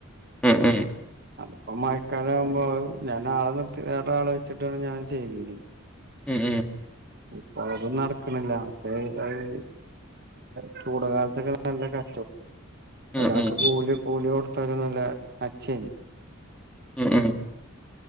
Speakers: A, in the centre; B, on the right.
A: മ്മ് മ്മ്
B: അപ്പ മഴക്കാലം ആവുമ്പോ ഞാൻ ആളെ നിർത്തി വേറെ ആളെ വെച്ചിട്ടാണ് ഞാൻ ചെയ്തീനീ
A: മ്മ് മ്മ്
B: ഇപ്പൊ അതും നടക്കണില്ല ഏ അയ് ചൂട്കാലത്തൊക്കെ നല്ല
A: ഉം
B: ഒരാൾക്ക്
A: ഉം
B: കൂലി കൂലി കൊടുത്താലും നല്ല അച്ചേനി
A: മ്മ് മ്മ്